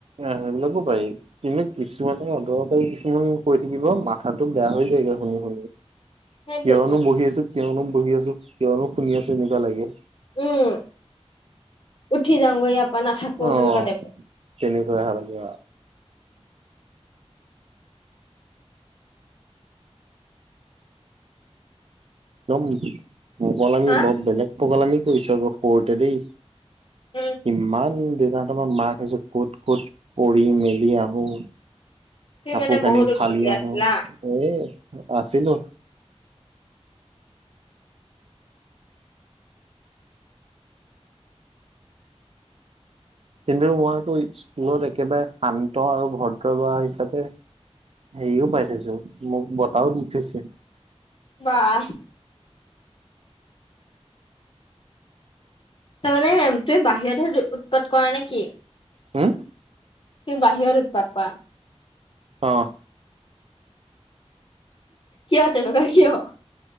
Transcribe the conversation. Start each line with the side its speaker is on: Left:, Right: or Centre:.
Right: আহ সেইবিলাকো পাৰি কিন্তু কিছুমানে অদকাৰি কিছুমান কৈ থাকিব, মা মাথাটো বেয়া হৈ যায়গৈ, শুনি শুনি কিয়নো
Left: সেইটোৱেতো
Right: বহি আছো, কিয়নো বহি আছো, কিয়নো শুনি আছো এনেকোৱা লাগে।
Left: উম, উঠি যাওঁগৈ। বা নাথাকো
Right: অ
Left: তেনেকুৱা তাইপ।
Right: তেনেকুৱা লাগে ন মকলল আমি
Left: হা
Right: বৰ বেলেগ পকলাগিল দেই চ'ব সৰুতে দেই।
Left: উম
Right: ইমান দেইতাহত পৰা মাৰ খাইছে ইমান ক'ত ক'ত পৰি মেলি আহো।
Left: তুমি
Right: কাপোৰ
Left: মানে
Right: কানি
Left: বহুত উৎপতীয়া
Right: ফালি আহো
Left: আছিলা
Right: এয়ে। আছিলো। কিন্তু মইতো স্কুলত একেবাৰে শান্ত আৰু ভদ্ৰ ল'ৰা হিচাপে। হেৰিও পাই থৈছো মোক বটাও দি থৈছে।
Left: বাহ তাৰ মানে তুমি বাহিৰতহে উৎপাত কৰা নে কি?
Right: হ'ম।
Left: তুমি বাহিৰত উত্পাত কৰা।
Right: অ'
Left: কিয় তেনেকুৱা কিয়।